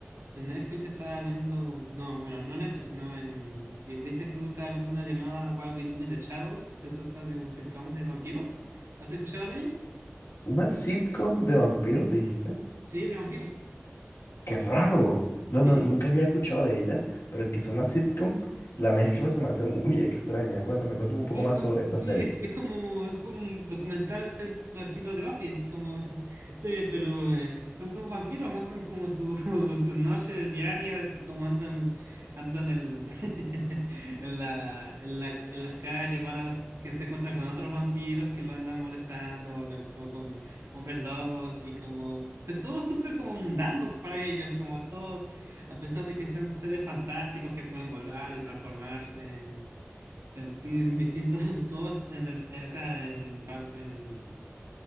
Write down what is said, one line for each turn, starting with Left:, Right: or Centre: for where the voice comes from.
Right: en Netflix estaba viendo, no, bueno, no Netflix, sino en Di- Disney Plus estaba viendo una llamada What We Do in the Shadows, que se trata de un sitcom de vampiros. ¿Has escuchado de ella?
Left: ¿Una sitcom de vampiros, dijiste?
Right: Sí, de vampiros.
Left: ¡Qué raro! No,
Right: Sí,
Left: no, nunca había escuchado de ella, pero el que sea una sitcom, la mezcla se me hace <laughs> muy extraña. Cuéntame, cuéntame un
Right: Sí,
Left: poco más
Right: no,
Left: sobre esta
Right: sí,
Left: serie.
Right: es, es como, es como un documental, cierto estilo de Office, como <laughs> se- serie, pero eh, son como vampiros, muestran como su, <laughs> sus noches diarias y cómo andan, andan el, <laughs> en la, en la, en las calles, van a, bus- que se encuentran con otros vampiros que lo andan molestando, lo- co- con, hombres lobos y como, de todo súper como mundano para ellos, como todo, a pesar de que sean seres fantásticos que pueden volar y transformarse en, ti- <laughs> en distintos cosas, en, de- eh, o sea, en, pam- en